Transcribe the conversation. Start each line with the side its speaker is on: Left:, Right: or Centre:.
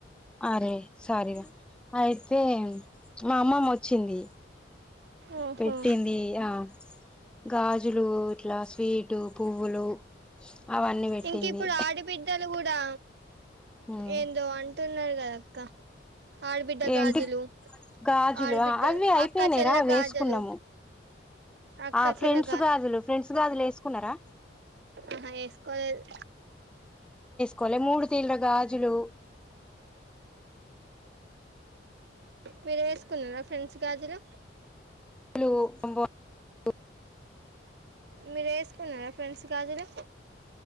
Centre: అరే సారీ రా అయితే మా అమ్మమ్మ వచ్చింది
Right: ఓహో
Centre: పెట్టింది ఆ గాజులు ఇట్లా స్విటు పువ్వులు అవన్నీ పెట్టింది
Right: ఇంక ఇప్పుడు ఆడిబిడ్డలు కూడా
Centre: ఉమ్
Right: ఏందో అంటున్నారు కదా క్కా ఆడు బిడ్డ
Centre: ఏంటి
Right: గాజులు
Centre: గాజులు
Right: ఆడబిడ్డ
Centre: అవి అయిపోయినాయిరా
Right: అక్క చెల్ల
Centre: అవ్వి
Right: గాజులు
Centre: ఎసుకున్నాము
Right: అక్క
Centre: ఆ
Right: చెల్లె
Centre: ఫ్రెండ్స్ గాజులు ఫ్రెండ్స్ గాజులు ఎసుకున్నారా
Right: అహా ఎసుకోలేదు
Centre: కొలె మూడు తీల్రా గాజులు
Right: మీరేసుకున్నారా ఫ్రెండ్స్ గాజులు
Centre: <unintelligible>
Right: మీర్ ఎసుకున్నారా, ఫ్రెండ్స్ గాజులు.